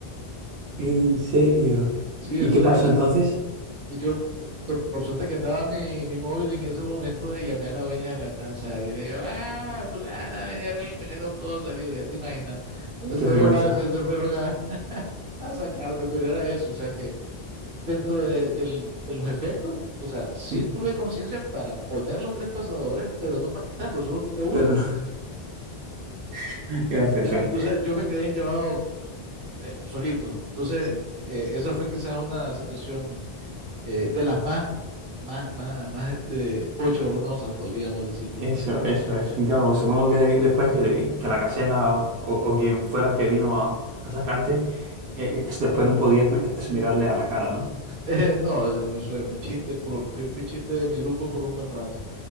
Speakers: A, on the right (about 80°); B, on the right (about 60°).
A: ¿En serio?
B: Sí, entonces
A: ¿Y qué pasó entonces?
B: Y Yo, to- por suerte que andaba mi, mi móvil en ese momento, y llamé a la dueña de la casa y le digo, ah, fulana, venía a bien, que no puedo salir, ya te imaginas. Entonces
A: Qué
B: todos
A: vergüenza.
B: más se, se fueron a, a sacarme, pero era eso, o sea que dentro de, del- de los efectos, o sea, sí
A: Mm,
B: tuve conciencia para poner los tres pasadores, pero no para quitarlos, solo quité uno.
A: Pero no. <laughs> Qué gracioso.
B: Ya, entonces yo me quedé en llamado eh, solito. Entonces, eh, esa fue quizás una situación eh, de las más, más, más, más este, bochornosas, podríamos decirlo.
A: Eso, eso,
B: Eh,
A: eso. Y claro, supongo que después que, que la casela o, o- o quien fuera que vino a, a sacarte, eh, después no podías mi- mirarle a la cara, ¿no?
B: <laughs> eh, no, ese fue, fue- fue chiste, pro- fue, fue chiste de mi grupo por un buen rato.